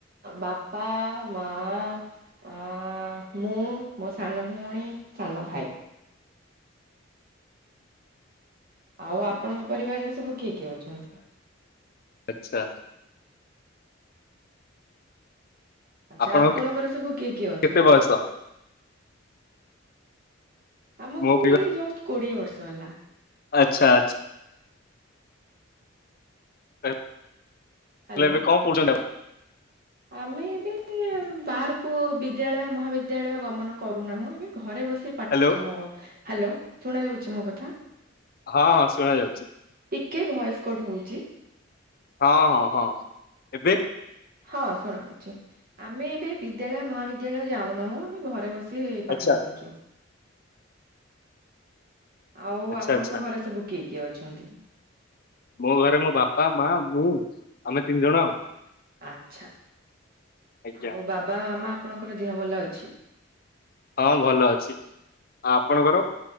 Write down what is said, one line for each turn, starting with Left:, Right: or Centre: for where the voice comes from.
Right: ବାପା ମା। ଅ ମୁଁ ମୋ ସାନ ଭଉଣୀ ସାନ ଭାଇ। ଆଉ ଆପଣଙ୍କ ପରିବାରରେ ସବୁ କିଏ କିଏ ଅଛନ୍ତି?
Left: ଆଛା।
Right: ଆଚ୍ଛା
Left: ଆପଣଙ୍କ
Right: ଆପଣଙ୍କର ସବୁ କିଏ କିଏ ଅଛନ୍ତି?
Left: କେତେ ବୟସ?
Right: ଆମକୁ
Left: ମୋ ପିବା
Right: ଏଇ ଜଷ୍ଟ କୋଡିଏ ବର୍ଷ ହେଲା।
Left: ଆଚ୍ଛା ଆଛ ହେଲେ
Right: ହ୍ୟାଲୋ
Left: ଏବେ କଣ <inaudible>
Right: ଆମେ ଏବେ <inaudible> ବାହାରକୁ ବିଦ୍ୟାଳୟ ମହାବିଦ୍ୟାଳୟ ଗମନ କରୁନାହୁଁ ଏବେ ଘରେ ବସି ପାଠ
Left: ହ୍ୟାଲୋ
Right: ତ ହ୍ୟାଲୋ ଶୁଣାଯାଉଛି ମୋ କଥା
Left: ଆ ହଁ ଶୁଣା ଯାଉଛି
Right: ଟିକିଏ ଭଏସ୍ କଡ଼ ହଉଛି
Left: ହଁ ହଁ ହଁ ଏବେ
Right: ହଁ ଶୁଣା ହଉଛି ଆମେ ଏବେ ବିଦ୍ୟାଳୟ ମହାବିଦ୍ୟାଳୟ ଯାଉନାହୁଁ ଆମେ ଘରେ ବସି କି
Left: ଆଚ୍ଛା
Right: ପାଠ ପଢ଼ୁଛୁ ଆଉ
Left: ଆଚ୍ଛା
Right: ଆପଣଙ୍କ
Left: ଆଚ୍ଛା
Right: ଘରେ ସବୁ କିଏ କିଏ ଅଛନ୍ତି
Left: ମୋ ଘରେ ମୋ ବାପା ମା ମୁଁ ଆମେ ତିନି ଜଣ ଆଉ
Right: ଆଛା
Left: ଆଜ୍ଞା
Right: ଆଉ ବାବା ମାମା ଆପଣଙ୍କର ଦେହ ଭଲ ଅଛି
Left: ହଁ ଭଲ ଅଛି ଆଉ ଆପଣଙ୍କର